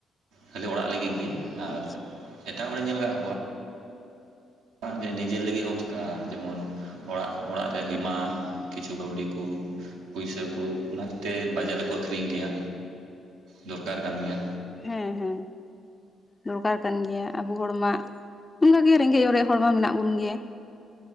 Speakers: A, on the right; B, on the left.
A: ᱠᱷᱟᱞᱤ ᱚᱲᱟᱜ ᱞᱟᱹᱜᱤᱜ ᱜᱤ᱾
B: ᱟᱪᱪᱷᱟ
A: ᱟᱨ ᱮᱴᱟᱜ ᱦᱚᱲᱮᱧ ᱧᱮᱞ ᱟᱠᱟᱫ ᱠᱚᱣᱟ᱾ ᱟᱜ ᱡᱮ ᱱᱤᱡᱮᱨ ᱞᱟᱹᱜᱤᱜ ᱦᱚᱸᱢ ᱪᱤᱠᱟ ᱡᱮᱢᱚᱱ ᱚᱲᱟᱜ ᱚᱲᱟᱜ <unintelligible> ᱢᱟ ᱠᱤᱪᱷᱩ ᱠᱟᱹᱣᱰᱤ ᱠᱩ, ᱯᱩᱭᱥᱟᱹ ᱠᱩ ᱚᱱᱟ ᱠᱮᱛᱮ ᱵᱟᱡᱟᱨ ᱨᱮᱠᱚ ᱟᱠᱷᱨᱤᱧ ᱜᱮᱭᱟ ᱫᱚᱨᱠᱟᱨ ᱠᱟᱱ ᱜᱮᱭᱟ᱾
B: ᱦᱮᱸ ᱦᱮᱸ ᱫᱚᱨᱠᱟᱨ ᱠᱟᱱ ᱜᱮᱭᱟ ᱟᱵᱚ ᱦᱚᱲᱢᱟ, ᱚᱱᱠᱟ ᱜᱮ ᱨᱮᱸᱜᱮᱡ ᱚᱨᱮᱡ ᱦᱚᱲ ᱢᱟ ᱢᱮᱱᱟᱜ ᱵᱚᱱ ᱜᱮᱭᱟ᱾